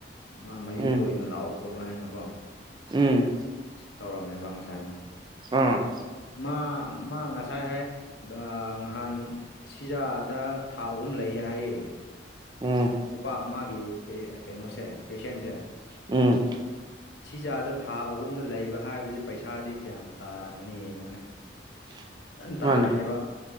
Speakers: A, on the left; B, on the right.
A: ꯃꯥ ꯃꯌꯨꯝꯗ
B: ꯎꯝ
A: ꯑꯣꯏꯅ ꯂꯥꯛꯑꯣ ꯈꯣꯠꯂꯣ ꯍꯥꯏꯅꯀꯣ
B: ꯎꯝ
A: ꯇꯧꯔꯝꯃꯦꯕ ꯉꯁꯥꯏꯗꯣ
B: ꯑꯪ
A: ꯃꯥꯝ ꯃꯥ ꯉꯁꯥꯏ ꯍꯥꯏ ꯗꯥ ꯉꯍꯥꯟ ꯁꯤꯖꯥꯗ ꯊꯥ ꯑꯍꯨꯝ ꯂꯩꯌꯦ ꯍꯥꯏꯌꯦ
B: ꯎꯝ
A: ꯅꯨꯄꯥ ꯃꯥꯒꯤ ꯀꯩ ꯑ ꯀꯩꯅꯣꯁꯦ ꯄꯦꯁꯦꯟꯖꯦ
B: ꯎꯝ
A: ꯁꯤꯖꯥꯗ ꯊꯥ ꯑꯍꯨꯝꯗ ꯂꯩꯕ ꯍꯥꯏꯕꯖꯦ ꯄꯩꯁꯥꯗꯤ ꯀꯌꯥꯝ ꯇꯥꯔꯝꯒꯅꯤ ꯌꯦꯡꯉꯨꯅꯦ
B: <inaudible> <unintelligible>
A: ꯐꯖꯅ
B: ꯃꯥꯅꯦ
A: ꯇꯥꯔꯅꯦꯕ